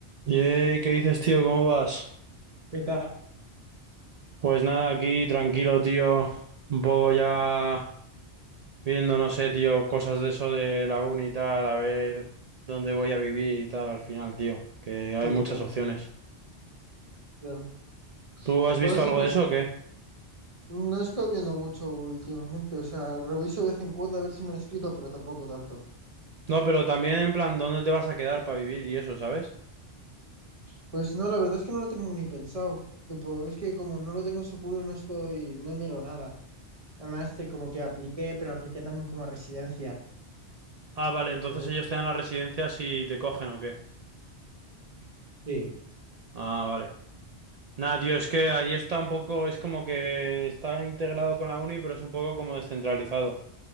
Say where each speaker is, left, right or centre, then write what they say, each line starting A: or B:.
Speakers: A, on the right; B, on the right.
A: Yey, ¿qué dices, tío? ¿Cómo vas?
B: ¿Qué tal?
A: Pues nada, aquí tranquilo, tío. Un poco ya viendo, no sé, tío, cosas de eso de la uni y tal, a ver dónde voy a vivir y tal al final, tío. Que hay muchas
B: y todo,
A: opciones.
B: claro.
A: ¿Tú has
B: Por
A: visto
B: eso
A: algo
B: estás,
A: de eso o qué?
B: no estoy viendo mucho últimamente, o sea, reviso de vez en cuando a ver si me han escrito, pero tampoco tanto.
A: No, pero también en plan, ¿dónde te vas a quedar para vivir y eso, ¿sabes?
B: Pues no, la verdad es que no lo tengo ni pensado. Tipo, es que como no lo tengo seguro, no estoy, no miro nada. Además de como que apliqué, pero apliqué también como a residencia.
A: Ah, vale, entonces
B: Entonces,
A: ellos te dan la residencia si te cogen o qué.
B: Sí,
A: Ah, vale. Nada, tío, es que ahí está un poco, es como que está integrado con la uni, pero es un poco como descentralizado.